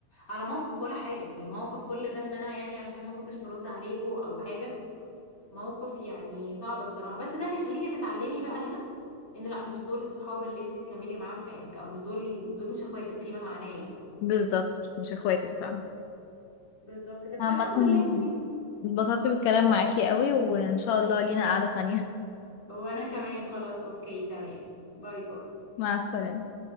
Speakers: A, on the left; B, on the left.
A: على موقف ولا حاجه يعني الموقف كل ده ان انا يعني علشان ما كنتش برد عليكوا او حاجه موقف يعني صعب بصراحه بس ده اللي يخليكي تتعلمي بقى هنا ان لا مش دول الصحاب اللي انت تكملي معاهم حياتك او مش دول دول مش اخواتك فيما معناه يعني
B: بالظبط مش اخواتك فاهمة
A: بالظبط كده
B: عامة
A: فالحمد لله تمام
B: اتبسطت بالكلام معاكي قوي وان شاء الله لينا قعدة تانية
A: وانا كمان خلاص اوكي تمام باي باي
B: <laughs> مع السلامة